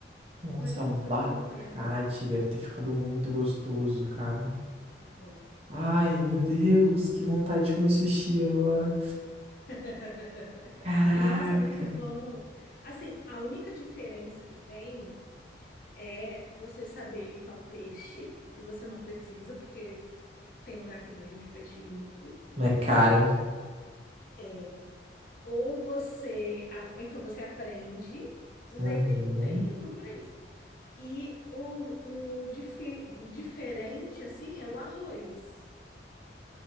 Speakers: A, on the left; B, on the right.
A: teve
B: Nossa,
A: mais alguma
B: abacate.
A: coisa que eu não lembro.
B: Deve ter ficado muito gostoso, cara.
A: Ficou.
B: Ai, meu Deus, que vontade de comer sushi agora.
A: <laughs>
B: Caraca.
A: Nossa, muito bom. Assim, a única diferença que tem é você saber limpar o peixe, que você não precisa, porque tem lugar que vende peixe limpo.
B: Não é caro, hein?
A: É. Ou você, a- então você aprende, isso
B: Uhum.
A: daí tem, tem YouTube para isso. E o, o, dife- o diferente, assim, é o arroz.